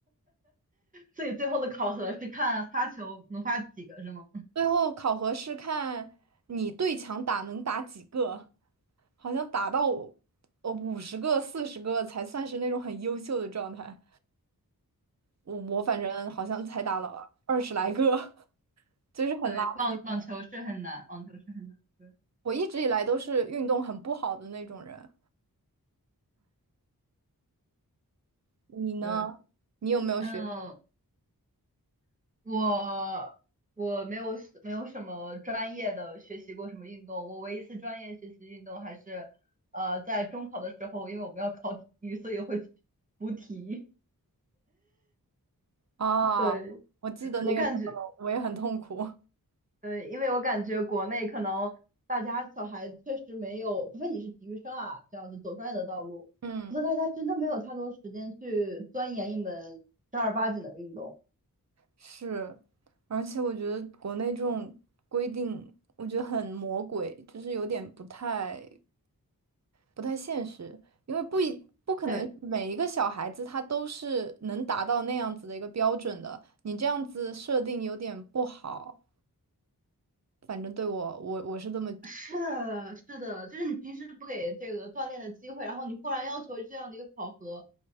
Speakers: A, on the right; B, on the right.
A: 所以最后的考核是看发球能发几个，是吗？
B: 最后考核是看你对墙打能打几个，好像打到呃五十个、四十个才算是那种很优秀的状态。我我反正好像才打了二十来个，<laughs> 就是很垃圾。
A: 对，网网球是很难，网球是很难。对
B: 我一直以来都是运动很不好的那种人，你呢？
A: 对，
B: 你有没有学
A: 嗯，我我没有没有什么专业的学习过什么运动，我唯一一次专业学习运动还是，呃，在中考的时候，因为我们要考体育，所以会去补体育。
B: 啊？
A: 对，
B: 我记得那个时候我也很痛苦。
A: 对我感觉对，因为我感觉国内可能大家小孩确实没有，除非你是体育生啊，这样子走专业的道路，
B: 嗯，
A: 否则大家真的没有太多时间去钻研一门正儿八经的运动。
B: 是，而且我觉得国内这种规定，我觉得很魔鬼，就是有点不太不太现实，因为不一不可能每一个小孩子他都是能达到那样子的一个标准的，
A: 对，
B: 你这样子设定有点不好。反正对我，我我是这么
A: 是的，是的，就是你平时不给这个锻炼的机会，然后你忽然要求这样的一个考核，